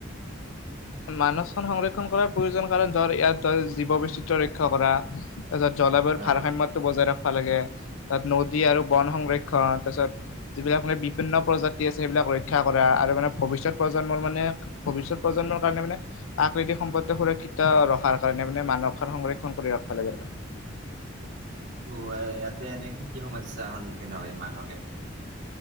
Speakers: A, on the left (about 85°); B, on the right (about 55°).
A: মানসখন সংৰক্ষণ কৰাৰ প্ৰয়োজন কাৰণে ধৰ ইয়াত ধৰ জীৱ বৈচিত্ৰ্যৰ ৰক্ষা কৰা। তাৰপিছত জলবায়ুৰ
B: অ
A: ভাৰসাম্যটো বজাই ৰখা। খিব লাগে। তাত নদী আৰু বন সংৰক্ষণ তাৰপিছত যিবিলাক মানে বিভিন্ন প্ৰজাতি আছে, সেইবিলাক ৰক্ষা কৰা আৰু মানে ভৱিষ্যত প্ৰজন্মৰ মানে ভৱিষ্যত প্ৰজন্মৰ কাৰণে মানে প্ৰাকৃতিক সম্পদ সুৰক্ষিত ৰখাৰ কাৰণে মানে মানসখন সংৰক্ষণ কৰি ৰাখিব লাগে আৰু
B: অ ইয়াতে এনে কি কি সমস্যাৰ সন্মুখীন হয় মানসে?